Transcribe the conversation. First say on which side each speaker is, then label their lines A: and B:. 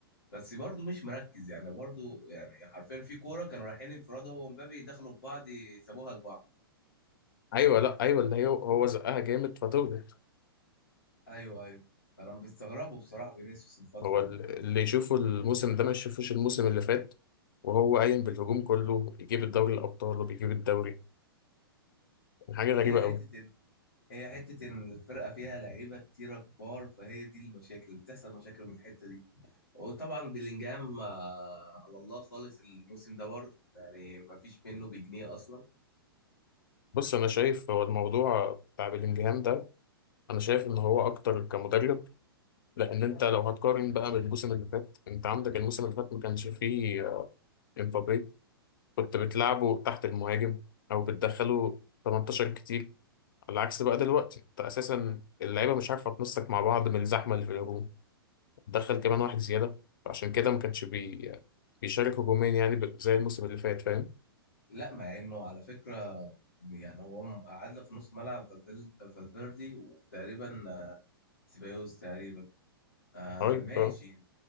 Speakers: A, on the left; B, on the left.
A: بس برضو مش مركز يعني برضو يعني حرفيا في كوره كانوا رايحين انفراد هو ومبابي دخلوا في بعض سابوها لبعض
B: ايوه لا ايوه اللي هي هو زقها جامد فتولد
A: ايوه ايوه فانا بستغربه بصراحه فينيسيوس الفتره
B: هو ال-
A: دي
B: اللي يشوفه الموسم ده ما يشوفوش الموسم اللي فات وهو قايم بالهجوم كله بيجيب الدوري الابطال وبيجيب الدوري يعني حاجه غريبه
A: هي حته
B: قوي
A: ان هي حته ان الفرقه فيها لعيبه كتيره كبار فهي دي المشاكل بتحصل مشاكل من الحته دي وطبعا بلينجهام آه، على الله خالص الموسم ده برضه يعني ما فيش منه بجنيه اصلا
B: بص انا شايف هو الموضوع بتاع بلينجهام ده انا شايف ان هو اكتر كمدرب لان انت لو هتقارن بقى بالموسم اللي فات انت عندك الموسم اللي فات ما كانش فيه امبابي كنت بتلعبه تحت المهاجم او بتدخله 18 كتير على عكس بقى دلوقتي انت اساسا اللعيبه مش عارفه تنسق مع بعض من الزحمه اللي في الهجوم تدخل كمان واحد زياده فعشان كده ما كانش بي... بيشارك هجومين يعني ب- زي الموسم اللي فات فاهم
A: لا مع انه على فكره يعني هو م- قعدنا في نص ملعب فالفيل- فالفيردي وتقريبا آه، سيبايوس تقريبا آه
B: ايوه
A: ماشي
B: آه.